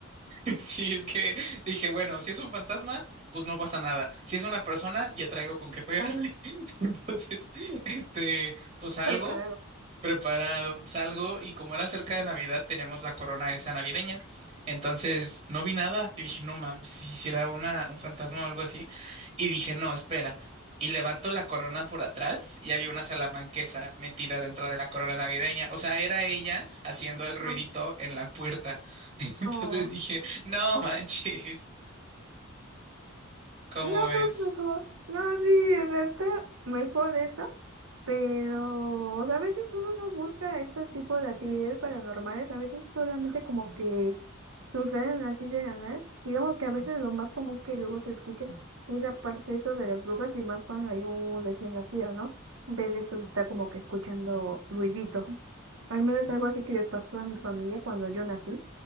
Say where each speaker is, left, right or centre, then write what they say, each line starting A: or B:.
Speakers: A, on the right; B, on the right.
A: <laughs> Sí, es que dije, bueno, si es un fantasma, pues no pasa nada. Si es una persona, ya traigo con qué pegarle. <laughs> Entonces, este, pues algo
B: Preparado.
A: preparado. Salgo y como era cerca de Navidad, teníamos la corona esa navideña. Entonces no vi nada y dije, no mames, si hiciera una, un fantasma o algo así. Y dije, no, espera. Y levanto la corona por atrás y había una salamanquesa metida dentro de la corona navideña. O sea, era ella haciendo el ruidito
B: No,
A: en la puerta. <laughs> Entonces
B: no,
A: dije, no manches, ¿cómo
B: no,
A: es?
B: pues mejor. No, sí, o sea, está mejor eso. Pero, o sea, a veces uno no busca este tipo de actividades paranormales, a veces solamente como que suceden así de la nada. Digamos que a veces lo más común que luego se escucha es la parte eso de las brujas y más cuando hay un recién nacido, ¿no? En vez de esto de estar como que escuchando ruidito. Al menos algo así que le pasó a mi familia cuando yo nací.